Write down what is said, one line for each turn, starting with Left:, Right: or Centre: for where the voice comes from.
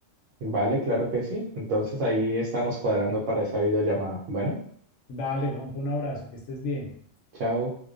Right: Vale, claro que sí. Entonces ahí estamos cuadrando para esa videollamada. Bueno,
Left: Dale, Juanpa, un abrazo, que estés bien.
Right: chao.